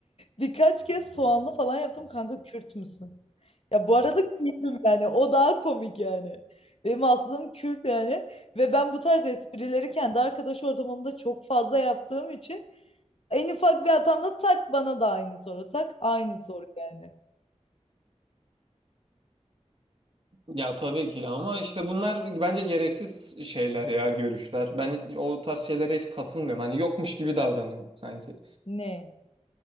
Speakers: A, on the left; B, on the right.
A: Birkaç kez soğanlı falan yaptım. Kanka Kürt müsün? Ya bu arada Kürt'üm yani. O daha komik yani. Benim aslım Kürt yani. Ve ben bu tarz esprileri kendi arkadaş ortamımda çok fazla yaptığım için en ufak bir hatamda tak bana da aynı soru. Tak aynı soru yani.
B: Ya tabii ki ama işte bunlar bence gereksiz şeyler ya görüşler. Ben hiç- o tarz şeylere hiç katılmıyorum. Hani yokmuş gibi davranıyorum sanki.
A: Ne?